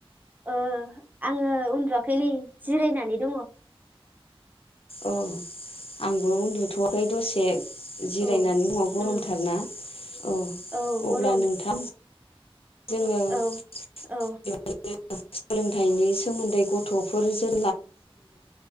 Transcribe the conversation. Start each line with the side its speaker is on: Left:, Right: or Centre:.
Right: ओ आङो उन्दुवाखैलै जिरायनानै दङ।
Left: औ आंबो उन्दुथ'वाखै दसे जिरायनानै
Right: औ
Left: दङ' गरमथारना
Right: उम
Left: अ
Right: औ
Left: अब्ला
Right: गरम
Left: नोंथां जोङो <unintelligible> <unintelligible>
Right: औ औ
Left: सोलोंथायनी सोमोन्दै गथ'फोर <unintelligible> एसे